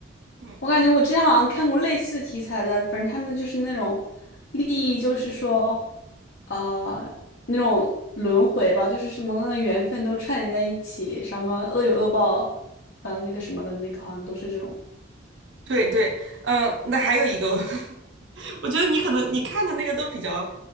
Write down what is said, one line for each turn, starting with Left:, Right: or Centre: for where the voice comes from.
Right: 嗯，
Left: 我感觉我之前好像看过类似题材的，反正他们就是那种利益，就是说，呃，那种轮回吧，就是什么缘分都串联在一起，什么恶有恶报，呃，那个什么的那个，好像都是这种。
Right: 对对，嗯，那还有一个，<laughs> 我觉得你可能你看的那个都比较